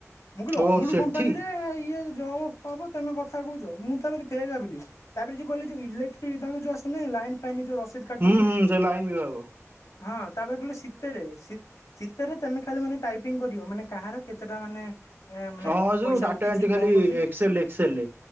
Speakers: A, on the left (about 70°); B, on the right (about 45°).
A: ମୁଁ କହିଲି
B: ଓ
A: ଅମୁଲ
B: ସେଠି
A: କମ୍ପାନୀ ରେ ଇଏ ଜବ ଫବ ତମେ କଥା କହୁଛ ମୁଁ ତାପରେ ଫେ ଭାବିଲି ତାପରେ ଯଉ କହିଲି ଯଉ ଇଲେକ୍ଟ୍ର ବିଭାଗ ଯୋଉ ଆସ ଲାଇନ ଫାଇନ ରସିଦ କାଟନ୍ତି
B: ହୁଁ ହୁଁ ସେଇ ଲାଇନ ବି ହବ।
A: ହଁ ତାପରେ କହିଲି ଶୀତରେ ଶୀତ ଶୀତରେ ତେମେ ଖାଲି ମାନେ ଟାଇପିଂ କରିବ ମାନେ କାହାର କେତେଟା ମାନେ ଏ ମାନେ
B: ହଁ ଜଉ
A: ପଇସା
B: ଡାଟା
A: ଉଠିଛି
B: ଏଣ୍ଟ୍ରି ଖାଲି
A: କଣ କରୁଛି
B: ଏକ୍ସଲ ଏକ୍ସଲ ରେ